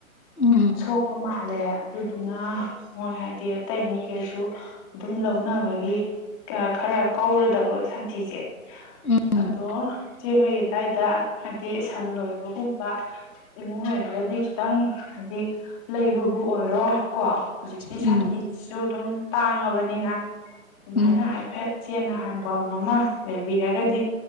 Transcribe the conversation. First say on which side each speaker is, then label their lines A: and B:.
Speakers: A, on the left; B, on the left.
A: ꯎꯝ
B: ꯁꯣꯛꯄ ꯃꯥꯜꯂꯦ ꯑꯗꯨꯗꯨꯅ ꯃꯣꯏ ꯍꯥꯏꯗꯤ ꯑꯇꯩ ꯃꯤꯈꯩꯁꯨ ꯑꯗꯨꯝ ꯂꯧꯅꯕꯒꯤ ꯈꯔ ꯀꯧꯔꯗꯕ ꯁꯟꯊꯤꯁꯦ
A: ꯎꯝ
B: ꯑꯗꯣ ꯆꯦ ꯍꯣꯏ ꯑꯗꯨꯋꯥꯏꯗ ꯍꯥꯏꯗꯤ ꯁꯟ ꯂꯣꯏꯕꯒꯨꯝꯕ ꯏꯃꯨꯡ ꯂꯩꯔꯒꯗꯤ ꯈꯤꯇꯪ ꯍꯥꯏꯗꯤ ꯂꯩꯕꯕꯨ ꯑꯣꯏꯔꯣ ꯀꯣ ꯍꯧꯖꯤꯛꯇꯤ
A: ꯎꯝ
B: ꯁꯟꯊꯤꯁꯤꯁꯨ ꯑꯗꯨꯝ ꯇꯥꯡꯉꯕꯅꯤꯅ ꯑꯗꯨꯃꯥꯏꯅ
A: ꯎꯝ
B: ꯍꯥꯏꯐꯦꯠ ꯆꯦꯟꯅ ꯍꯥꯡꯐꯝ ꯑꯃ ꯂꯩꯕꯤꯔꯒꯗꯤ